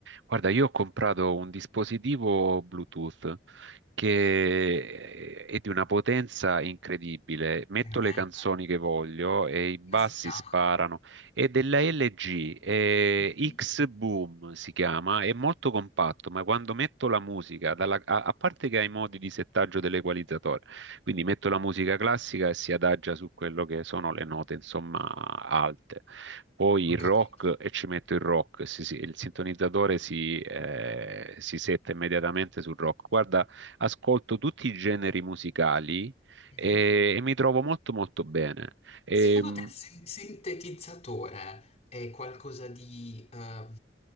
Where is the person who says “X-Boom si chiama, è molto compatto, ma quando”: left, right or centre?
Right